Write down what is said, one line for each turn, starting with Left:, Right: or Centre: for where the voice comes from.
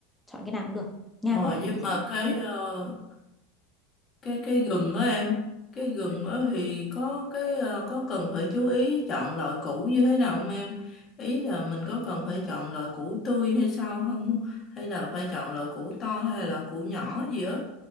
Centre: chọn cái nào cũng được. Nha
Left: ờ,
Centre: có
Left: nhưng
Centre: sẵn
Left: mà cái
Centre: đấy.
Left: ờ, cái cái gừng đó em cái gừng
Centre: Ừ.
Left: đó thì có cái ờ, có cần phải chú ý chọn loại củ như thế nào không em ý là mình có cần phải chọn loại củ tươi hay sao không hay là phải chọn loại củ to hay là loại củ nhỏ gì á